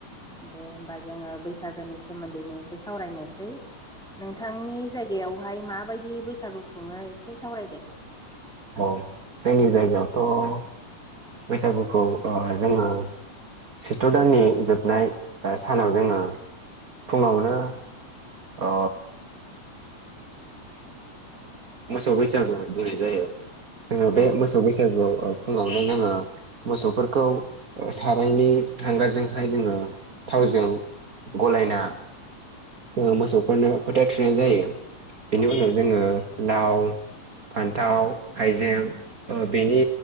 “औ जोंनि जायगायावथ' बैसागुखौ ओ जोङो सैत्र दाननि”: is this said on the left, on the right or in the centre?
Right